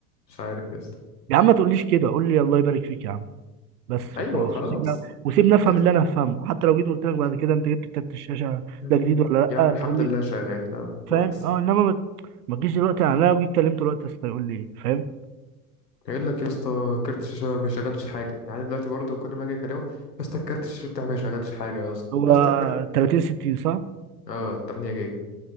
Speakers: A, on the left; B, on the right.
A: مش عارف يا اسطى
B: يا عم ما تقوليش كده قول لي الله يبارك فيك يا عم بس
A: أيوة
B: وخلاص
A: خلاص
B: وسيبنا وسيبنا افهم
A: يلا.
B: اللي انا هفهمه حتى لو جيت قلت لك بعد كده انت جبت كارت الشاشه
A: مم.
B: ده جديد ولا
A: يا عم
B: لا
A: الحمد
B: تقول لي
A: لله
B: جديد
A: شغال أه كويس
B: فاهم اه انما ما ما تجيش دلوقتي يعني انا لو جيت كلمته دلوقتي يا اسطى يقول لي ايه فاهم
A: قايل لك يا اسطى كارت الشاشه ما شغلش حاجه يعني دلوقتي برضه كل ما اجي اكلمه يا اسطى الكارت الشاشه بتاعي ما شغلش حاجه يا اسطى
B: هو
A: يا اسطى الكارت
B: 30 60 صح؟
A: اه 8 جيجا